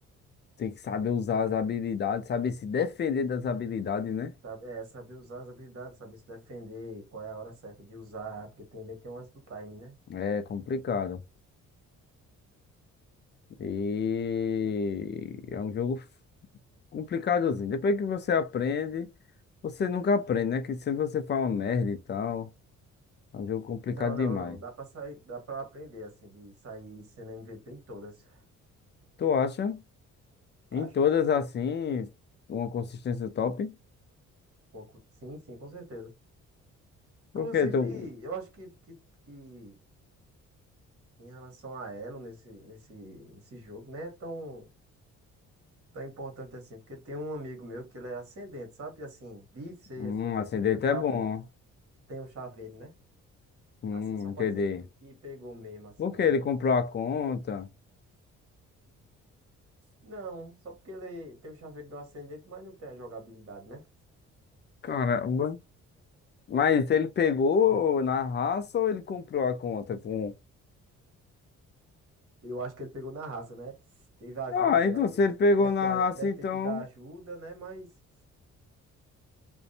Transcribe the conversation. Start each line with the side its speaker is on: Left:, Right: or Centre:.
Left: Tem que saber usar as habilidades, saber se defender das habilidades, né?
Right: Sabe, é, saber usar as habilidades, saber se defender, qual é a hora certa de usar, porque também tem um lance do time, né?
Left: É complicado. E é um jogo f- complicadozinho. Depois que você aprende, você nunca aprende, né? Que sempre você fala merda e tal. É um jogo complicado
Right: Não, não,
Left: demais.
Right: não. Dá pra sair, dá pra aprender, assim, de sair sendo MVP em todas.
Left: Tu acha? Em
Right: Acho.
Left: todas
Right: Um
Left: assim, uma consistência top?
Right: Pouco. Sim, sim, com certeza. Inclusive,
Left: Porque tu.
Right: eu acho que, que, que em relação a Elo nesse, nesse, nesse jogo, né? Tão. tão importante assim, porque tem um amigo meu que ele é ascendente, sabe? Assim, de ser
Left: Hum,
Right: ascendente,
Left: acidente
Right: tem um chaveiro,
Left: é bom.
Right: tem um chaveiro, né?
Left: Hum,
Right: Assim, só
Left: entendi.
Right: pra dizer que, pe- que pegou mesmo, assim,
Left: Porque
Right: o
Left: ele
Right: elo.
Left: comprou a conta.
Right: Não, só porque ele tem o chaveiro do ascendente, mas não tem a jogabilidade, né?
Left: Caramba. Mas ele pegou na raça ou ele comprou a conta com.
Right: Eu acho que ele pegou na raça, né? Teve a ajuda
Left: Ah,
Right: de
Left: então
Right: alguns,
Left: se ele pegou
Right: deve
Left: na
Right: ter, a-
Left: raça,
Right: deve
Left: então.
Right: ter tido a ajuda, né? Mas